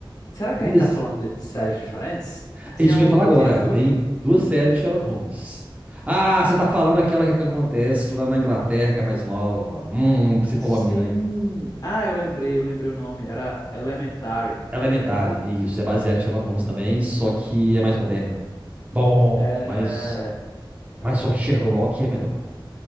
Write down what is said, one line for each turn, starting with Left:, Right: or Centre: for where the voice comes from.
Left: Será que
Right: Isso,
Left: a gente tá falando de, de séries diferentes? Tinha,
Right: é isso que
Left: o-
Right: eu ia falar agora.
Left: tinha duas?
Right: Tem duas séries de Sherlock Holmes. Ah, você tá falando aquela que acontece lá na Inglaterra, que é a mais nova. Hum, você falou
Left: Sim.
Right: a mina aí.
Left: Ah, eu lembrei, eu lembrei o nome. Era Elementary.
Right: Elementary, isso. É baseado em Sherlock Holmes também, só que é mais moderna. Bom,
Left: É,
Right: mas,
Left: verdade.
Right: mas só que Sherlock é melhor.